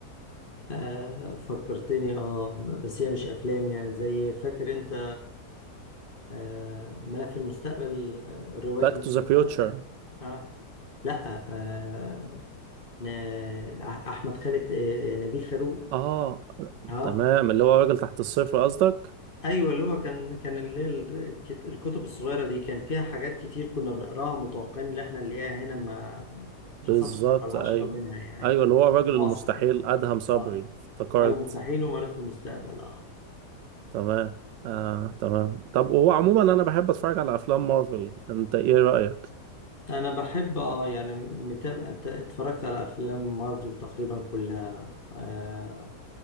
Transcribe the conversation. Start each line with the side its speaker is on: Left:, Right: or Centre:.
Left: آه فكرتني اه بس هي مش افلام يعني زي فاكر انت آه ملف المستقبل آه، روايات
Right: باك
Left: ملف
Right: تو ذا
Left: المستقبل
Right: فيوتشر
Left: آه لا آه ن- أح- احمد خالد آه نبيل فاروق
Right: اه
Left: اه
Right: تمام اللي هو راجل تحت الصفر قصدك
Left: ايوه اللي هو كان كان اللي هي ال- الكت- الكتب الصغيره دي كان فيها حاجات كتير كنا بنقراها متوقعين ان احنا نلاقيها هنا ما ما
Right: بالظبط
Left: حصلش حتى العشرة
Right: ايوه
Left: منها يعني
Right: ايوه اللي هو الراجل
Left: في مصر
Right: المستحيل
Left: يعني
Right: ادهم صبري
Left: اه
Right: افتكرت
Left: رجل مستحيل وملف المستقبل اه
Right: تمام آه تمام طب وهو عموما انا بحب اتفرج على افلام مارفل انت ايه رأيك
Left: انا بحب اه يعني متابع ت- اتفرجت على افلام مارفل تقريبا كلها آه